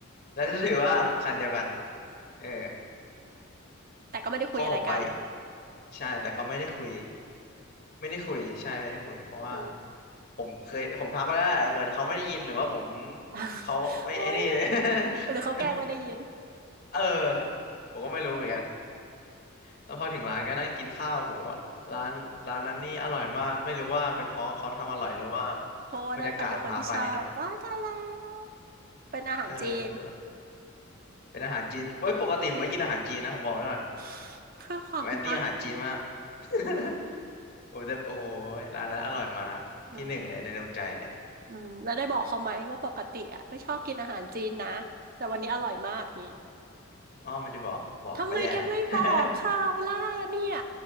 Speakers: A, on the left; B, on the right.
A: แล้วก็ถือว่าคันเดียวกันเออ
B: แต่ก็ไม่ได้คุยอะไรกัน
A: พ่อผมไปใช่แต่ก็ไม่ได้คุย ไม่ได้คุยใช่ไม่ได้คุยเพราะว่า
B: อืม
A: ผมเคยผมทักไปแล้วแหละเหมือนเขาไม่ได้ยินหรือว่าผม
B: <laughs>
A: เขาไม่ไอ้นี่
B: โอ้ยหรือเขาแกล้งไม่ได้ยิน
A: <laughs> เออผมก็ไม่รู้เหมือนกันแล้วพอถึงร้านก็นั่งกินข้าวโหัวร้านร้านนั้นนี่อร่อยมากไม่รู้ว่าเป็นเพราะเขาทำอร่อยหรือว่า
B: เพราะว่าได้ไปกับคนที่ชอบว้ายตายแล้
A: บรรยากาศพาไปเนาะ
B: วเป็นอาหารจีน
A: เออแต่แบบเป็นอาหารจีนเอ้ยปกติผมไม่กินอาหารจีนนะผมบอกไว้ก่อน
B: <laughs> เพื่อความรัก
A: ผมแอนตี้อาหารจีนมาก <laughs> โอ้แต่โอ้ยร้านนั้นอร่อยมากที่หนึ่งเลยในดวงใจเลย
B: อืมอืมแล้วได้บอกเขาไหมว่าปกติอะไม่ชอบกินอาหารจีนนะแต่วันนี้อร่อยมากงี้
A: อ้อไม่ได้บอกบอกก็แย่ละ
B: ทำไมแกไม่บอกเขาล่ะเนี่ย
A: <laughs>